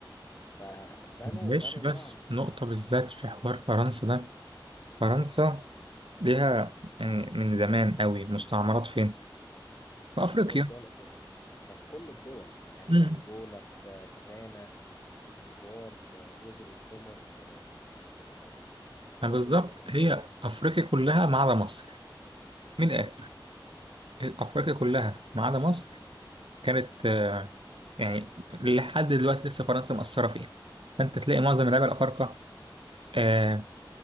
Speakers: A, on the left; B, on the right.
A: فبنوا
B: معلش
A: بنوا
B: بس
A: نوعا
B: نقطة بالذات في حوار فرنسا ده فرنسا ليها يعني من زمان قوي مستعمرات فين؟ في أفريقيا
A: في كل الدول الافريقيه ده في كل الدول يعني
B: امم
A: في انجولا في في غانا كوت ديفوار في جزر القمر في في
B: بالظبط
A: الكونغو الديمقراطيه
B: هي أفريقيا كلها ما عدا مصر من الآخر أفريقيا كلها ما عدا مصر كانت آه، يعني لحد دلوقتي لسه فرنسا مأثرة فيها فأنت تلاقي معظم اللعيبة الأفارقة آه